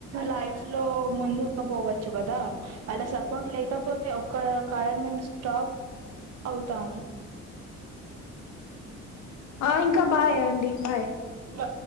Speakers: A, on the right (about 55°); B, on the left (about 65°).
A: లైఫ్ లో ముందుక పోవ చ్చు కదా వాళ్ళ సపోర్ట్ లేకపోతే ఒక్క <unintelligible> మేమెం స్టాప్ అవ్తాం
B: ఆ ఇంకా బాయ్ అంటీ బాయ్
A: బ